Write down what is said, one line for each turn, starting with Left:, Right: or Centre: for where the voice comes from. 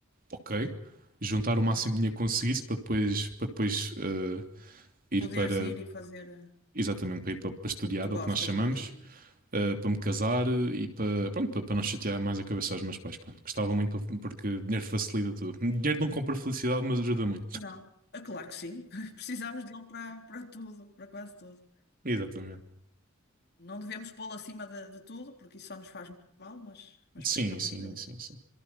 Right: ok, juntar o máximo
Left: ok.
Right: de dinheiro que conseguisse para depois, para depois eh, ir
Left: Poderes
Right: para,
Left: ir e fazer eh,
Right: exatamente, para ir para, para estudar,
Left: o que tu
Right: é
Left: gostas
Right: o que nós chamamos,
Left: mesmo, não é?
Right: eh, para me casar e para, pronto, para, para não chatear mais a cabeça aos meus pais. Pronto, gostava muito pa- porque dinheiro facilita tudo. Dinheiro não compra felicidade, mas ajuda muito.
Left: Não. É claro que sim. <laughs> Precisamos dele para, para tudo, para quase tudo.
Right: Exatamente.
Left: Não devemos pô-lo acima de, de tudo, porque isso só nos faz mal, mas, mas
Right: Sim,
Left: precisamos
Right: sim,
Left: muito dele.
Right: sim, sim.